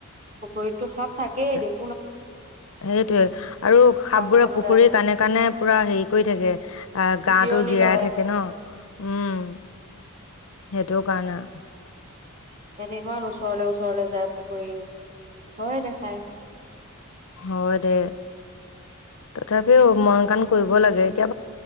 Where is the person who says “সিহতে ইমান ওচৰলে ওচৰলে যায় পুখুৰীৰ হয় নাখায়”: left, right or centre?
Right